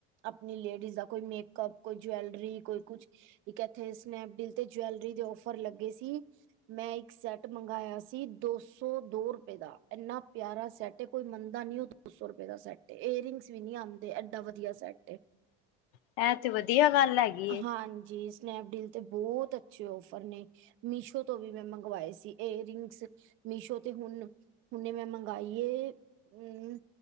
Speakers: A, on the right; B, on the left.
A: ਆਪਣੀ ਲੇਡੀਜ਼ ਦਾ ਕੋਈ ਮੇਕੱਪ ਕੋਈ ਜਵੈਲਰੀ ਕੋਈ ਕੁਛ ਇੱਕ ਇੱਥੇ ਸਨੈਪਡੀਲ ਤੇ ਜਵੈਲਰੀ ਦੇ ਔਫਰ ਲੱਗੇ ਸੀ। ਮੈਂ ਇੱਕ ਸੈੱਟ ਮੰਗਾਇਆ ਸੀ ਦੋ ਸੌ ਦੋ ਰੁਪਏ ਦਾ ਇੰਨਾ ਪਿਆਰਾ ਸੈੱਟ ਤੇ ਕੋਈ ਮੰਨਦਾ ਨੀ ਓ ਦੋ ਸੋ ਰੁਪਏ ਦਾ ਸੈੱਟ ਏ ਏਅਰਿੰਗਸ ਵੀ ਨੀ ਆਂਦੇ ਐਡਾ ਵਧੀਆ ਸੈੱਟ ਏ।
B: <inaudible> ਵਧੀਆ ਗੱਲ ਹੈਗੀ ਏ।
A: ਹਾਂਜੀ ਸਨੈਪਡੀਲ ਤੇ ਬੋਤ ਅੱਛੇ ਔਫਰ ਨੇ ਮੀਸ਼ੋ ਤੋਂ ਵੀ ਮੈਂ ਮੰਗਵਾਏ ਸੀ ਏਅਰਿੰਗਸ ਮੀਸ਼ੋ ਤੇ ਹੁਣ ਹੁਨੇ ਮੈਂ ਮੰਗਾਈ ਏ। ਹੂੰ